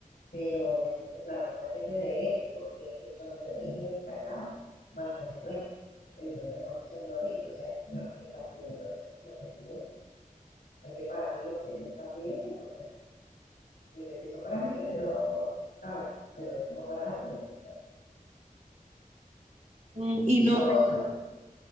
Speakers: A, on the left; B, on the right.
A: Pero él dice, claro, no depende de él, porque eso no es de él, es el encargado, más no es el dueño. El dueño es otro señor y entonces el señor está pidiendo eso, lo que pide. Hay que pagarle lo que él está pidiendo, porque dice, si eso para mí, yo, ¿sabes? Te lo dejo más barato, lo que sea.
B: mm, y
A: Y
B: no,
A: lo otro,